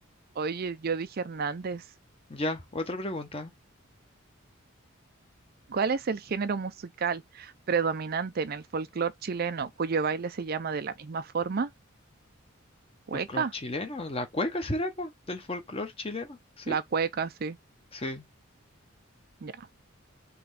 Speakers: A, on the right; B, on the left.
A: Oye, yo dije Hernández.
B: ya. Otra pregunta.
A: ¿Cuál es el género musical predominante en el folclore chileno, cuyo baile se llama de la misma forma? ¿Cueca?
B: ¿Folclor chileno? ¿La cueca será, po? ¿Del folclor chileno? Sí,
A: La cueca, sí.
B: sí.
A: Ya.